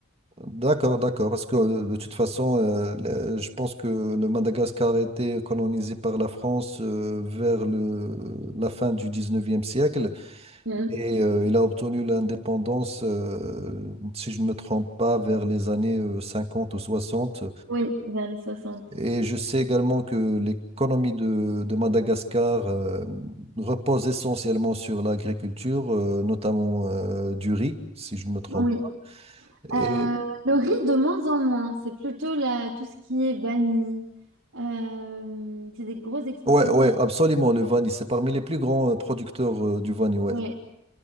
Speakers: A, on the right; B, on the right.
A: D'accord, d'accord. Parce que euh, de toute façon, euh, le- je pense que le Madagascar a été colonisé par la France euh, vers le, la fin du 19e siècle.
B: Mhm.
A: Et euh, il a obtenu l'indépendance, euh, si je ne me trompe pas, vers les années euh, 50 ou 60.
B: Oui, vers les soixante.
A: Et je sais également que l'économie de, de Madagascar euh, repose essentiellement sur l'agriculture, euh, notamment euh, du riz, si je ne me trompe
B: Oui.
A: pas. Et
B: Euh, le riz de moins en moins, c'est plutôt la, tout ce qui est vanille. Euh, c'est des gros exportateurs.
A: ouais, ouais, absolument, le Vanille, c'est parmi les plus grands euh, producteurs euh, du Vanille, ouais.
B: Oui,